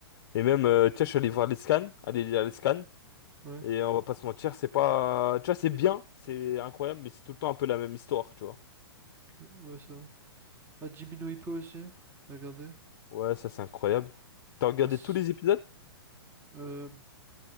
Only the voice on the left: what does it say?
Et même, euh, tu vois, je suis allé voir les scans, aller lire les scans.
Et on va pas se mentir, c'est pas... Tu vois, c'est bien, c'est incroyable, mais c'est tout le temps un peu la même histoire, tu vois.
Ouais, ça c'est incroyable. T'as regardé
tous les épisodes?